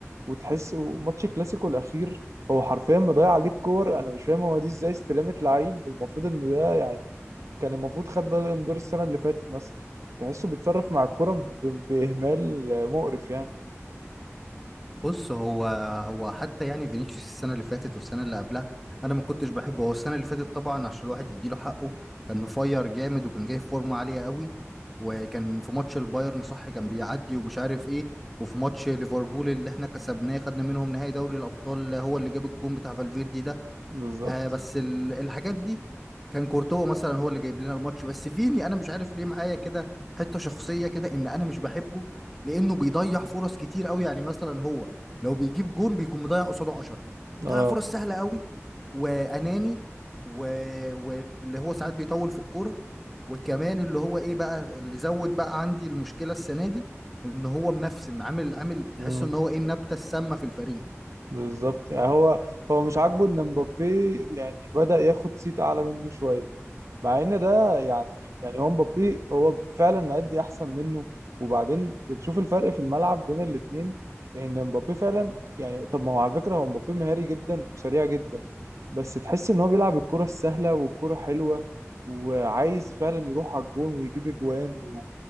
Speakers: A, on the right; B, in the centre.
A: وتحس ماتش كلاسيكو الاخير هو حرفيا مضيع عليك كور انا مش فاهم هو دي ازاي استلامت لعيب المفروض ان ده يعني كان المفروض خد بالون دور السنة اللي فاتت مثلا تحسه بيتصرف مع الكرة ب- بإهمال مقرف يعني
B: بص هو هو حتى يعني فينيسيوس السنة اللي فاتت والسنة اللي قبلها أنا ما كنتش بحبه هو السنة اللي فاتت طبعا عشان الواحد يديله حقه كان مفير جامد وكان جاي في فورمة عالية قوي وكان في ماتش البايرن صح كان بيعدي ومش عارف إيه وفي ماتش ليفربول اللي إحنا كسبناه خدنا منهم نهائي دوري الأبطال هو اللي جاب الجون بتاع فالفيردي ده
A: بالظبط
B: آه بس ال- الحاجات دي كان كورتوا مثلا هو اللي جايب لنا الماتش بس فيني انا مش عارف ليه معايا كده حته شخصيه كده ان انا مش بحبه لانه بيضيع فرص كتير قوي يعني مثلا هو لو بيجيب جون بيكون مضيع قصاده 10 بيضيع
A: اه
B: فرص سهله قوي واناني و... واللي هو ساعات بيطول في الكوره وكمان اللي هو ايه بقى اللي زود بقى عندي المشكله السنه دي ان هو منفسن عامل عامل
A: مم.
B: تحس ان هو ايه النبته السامه في الفريق
A: بالظبط يعني هو هو مش عاجبه ان مبابي يعني بدأ ياخد صيت اعلى منه شوية مع ان ده يعني يعني هو مبابي هو فعلا مأدي احسن منه وبعدين بتشوف الفرق في الملعب بين الاتنين ان مبابي فعلا يعني طب ما هو على فكرة هو مبابي مهاري جدا وسريع جدا بس تحس ان هو بيلعب الكرة السهلة والكرة حلوة وعايز فعلا يروح على الجون ويجيب اجوان و-